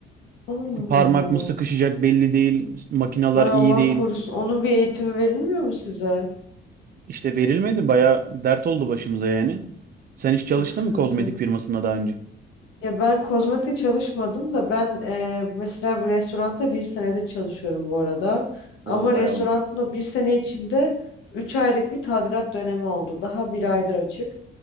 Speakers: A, on the left; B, on the right.
A: Allah
B: Parmak
A: Allah.
B: mı sıkışacak belli değil. Makineler
A: Ay
B: iyi
A: Allah
B: değil.
A: korusun. Onun bir eğitimi verilmiyor mu size?
B: İşte verilmedi. Baya dert oldu başımıza yani. Sen hiç
A: Çok
B: çalıştın
A: sıkıntı.
B: mı kozmetik firmasında daha önce?
A: Ya ben kozmetikte çalışmadım da ben e, mesela bir restoranda bir senedir çalışıyorum bu arada.
B: Oo
A: Ama
B: bayağı
A: restoranın
B: olmuş.
A: o bir sene içinde üç aylık bir tadilat dönemi oldu. Daha bir aydır açık.